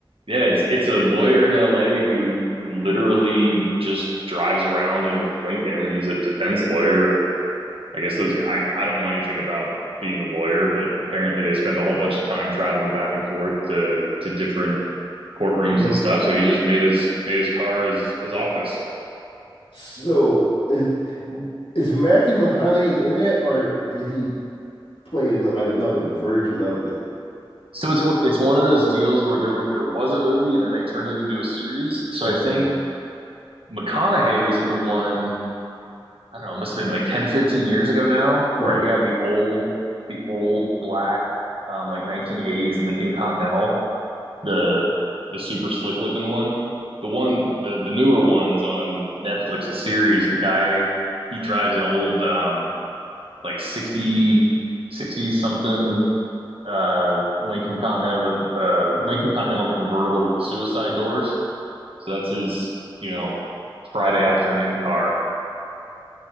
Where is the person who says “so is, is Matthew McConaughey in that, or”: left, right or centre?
Left